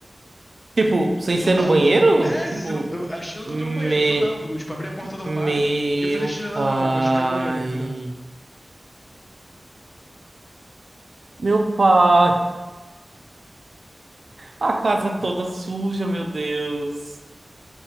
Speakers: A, on the right; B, on the left.
A: Tipo, sem
B: Sonâmbulo.
A: ser no banheiro?
B: É,
A: Tipo,
B: você não, eu, achando
A: me,
B: que eu tô no banheiro, sonâmbulo. Tipo, abrir a porta do armário
A: meu
B: e fazer xixi no
A: pai.
B: armário pra checar o banheiro, entendeu?
A: Meu pai. A casa toda suja, meu Deus.